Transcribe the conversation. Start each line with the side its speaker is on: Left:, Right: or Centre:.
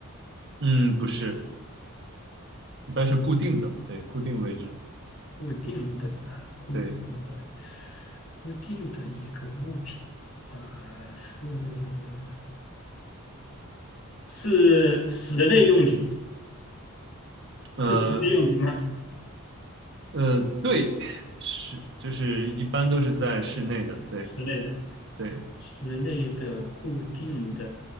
Right: 嗯，不是，一般是固定的，对，固定位置的。
Left: 固定的啊，固定的，
Right: 对，
Left: 固定的一个物品啊，是。是室内用品，是室内用品吗？
Right: 呃呃，对，是，就是一般都是在室内的。对
Left: 室内的，
Right: 对。
Left: 室内的固定的，